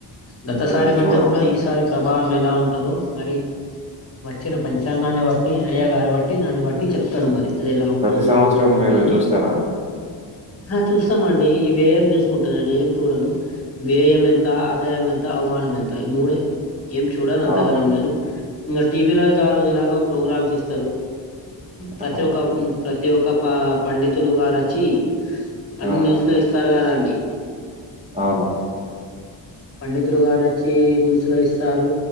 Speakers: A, on the left; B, on the right.
A: గత
B: అదే
A: సారి కంటే
B: చూడాలి
A: కూడా ఈసారి ప్రభావం ఎలా ఉంటదొ మరి వచ్చిన పంచాంగాన్ని బట్టి అయ్య గారు బట్టి దాన్ని బట్టి చెప్ చెప్తారు మరి అది ఎలా ఉంటదో
B: ప్రతి సంవత్సరం
A: ఏంటిదో అనేది
B: మీరు చూస్తారా
A: ఆ చూస్తామండి ఈ వ్యయం చూసుకుంటా నేను ఏం చూడను వ్యయం ఎంత ఆదాయం ఎంత అవమానం ఎంత ఈ మూడే ఏం చూడాను అంతగానం
B: అవును
A: నేను ఇంకా టీవీలో అయితే ఆ రోజు ఎలాగో ప్రోగ్రామ్స్ ఇస్తరు ప్రతి
B: ఆ
A: ఒక్క ప్రతి ఒక్క ప పండితులు గారు అచ్చి అన్ని
B: ఆ
A: న్యూస్ లో ఇస్తారు కదాండి.
B: అవును.
A: పండితులు గారు వచ్చి న్యూస్ లో ఇస్తారు.